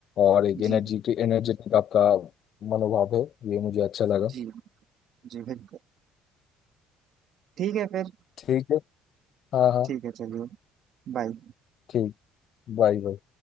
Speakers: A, on the left; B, on the right.
A: और एक
B: जी
A: एनर्जी एनर्जेटिक आपका मनोभाव है ये मुझे अच्छा लगा
B: जी जी बिल्कुल ठीक है फिर
A: ठीक है हाँ हाँ
B: ठीक है चलिए बाय
A: ठीक Bye bye